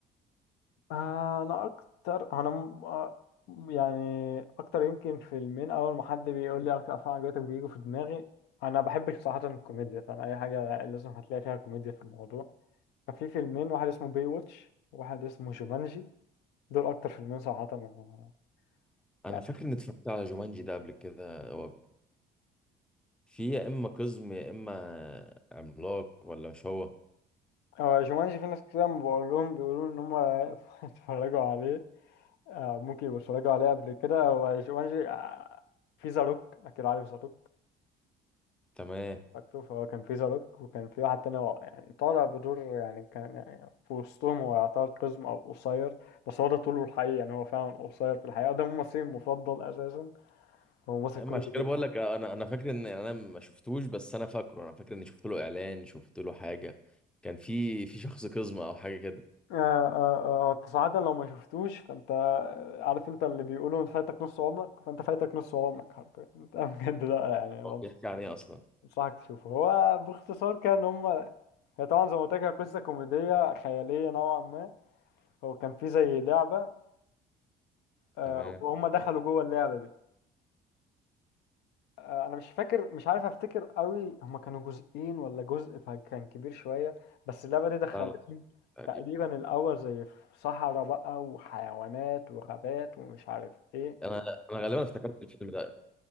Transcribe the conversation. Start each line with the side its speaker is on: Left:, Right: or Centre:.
Left: آه، انا اكتر انا م- آه، يعني اكتر يمكن فيلمين اول ما حد بيقول لي اكتر افلام عجبتك بيجوا في دماغي انا بحبش بصراحه الكوميديا فانا اي حاجه لازم هتلاقي فيها كوميديا في الموضوع ففي فيلمين واحد اسمه باي واتش وواحد اسمه جومانجي دول اكتر فيلمين صراحه أنا-
Centre: أنا
Left: يعني
Centre: فاكر إني اتفرجت على جومانجي ده قبل كده هو في يا إما قزم يا إما عملاق ولا مش هو
Left: هو جومانجي في ناس كتير لما بقول لهم بيقولوا ان هم <laughs> اتفرجوا عليه آه، ممكن يبقوا اتفرجوا عليه قبل كده هو جومانجي آه، في زاروك اكيد عارف زاروك
Centre: تمام
Left: فاكره فهو كان في زاروك وكان في واحد تاني هو يعني طالع بدور يعني كان يعني في وسطهم هو يعتبر قزم أو قصير بس هو ده طوله الحقيقي يعني هو فعلا قصير في الحقيقة ده ممثلي المفضل أساسا هو ممثل
Centre: اما
Left: كوميدي
Centre: عشان كده
Left: جدا
Centre: بقول لك انا انا فاكر ان انا ما شفتوش بس انا فاكره انا فاكر اني شفت له اعلان شفت له حاجه كان في في شخص قزمه او حاجه كده
Left: آه آه آه أنت صراحة لو ما شفتوش فأنت عارف أنت اللي بيقولوا أنت فايتك نص عمرك فأنت فايتك نص عمرك حرفيا <laughs> أنت بجد لأ يعني بنص-
Centre: هو بيحكي عن ايه اصلا
Left: بنصحك تشوفه هو باختصار كان هما هي طبعا زي ما قلت لك هي قصة كوميدية خيالية نوعا ما هو كان في زي لعبة آه،
Centre: تمام
Left: وهم دخلوا جوه اللعبة دي آه، انا مش فاكر مش عارف افتكر قوي هما كانوا جزئين ولا جزء فكان كبير شويه بس اللعبه دي دخلتهم
Centre: لا، لا، تقريبا
Left: تقريبا الاول زي في صحراء بقى وحيوانات وغابات ومش عارف ايه
Centre: انا انا غالبا افتكرت الفيلم ده